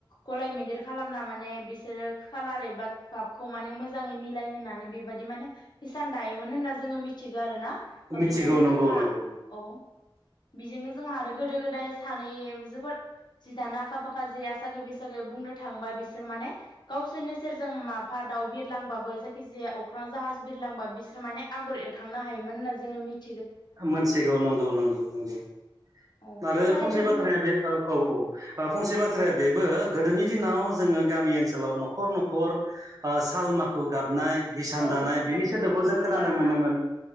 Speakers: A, on the left; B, on the right.
A: गलाय मोनदेर खालामना माने बिसोरो खालार एबा कपखौ माने मोजाङै मिलायहोनो होननानै बेबायदि माने हिसान दायोमोन होनना जोङो मिथिगौ आरो ना
B: मिथिगौ
A: बेजोंनो
B: नंगौ
A: जोंहा
B: नंगौ
A: औ बेजोंनो जोंहा आरो गोदो गोदाय सानै जोबोद जि दाना आखा फाखा जे आसागि बैसागि बुंनो थांबा बिसोर माने गावसोरनि सेरजों माफा दाउ बिरलांबाबो जायखि जाया मा अख्रां जाहाज बिरलांबा बिसोरो माने आगर एरखांनो हायोमोन होनना जोङो मिथि
B: मोनथिगौ नंगौ नंगौ नंगौ
A: औ
B: आरो
A: थारैनो
B: फंसे बाथ्राया
A: बुं
B: बे औ औ औ फंसे बाथ्राया बेबो गोदोनि दिनाव जोङो गामि ओनसोलाव न'खर न'खर ओ सा ल माखु गाब नाय हिसान
A: औ
B: दानाय
A: हिसानसालि
B: बेनि सोदोबखौ
A: नुनो मोनोमोन
B: जों खोनानो
A: आरो
B: मोनोमोन
A: ना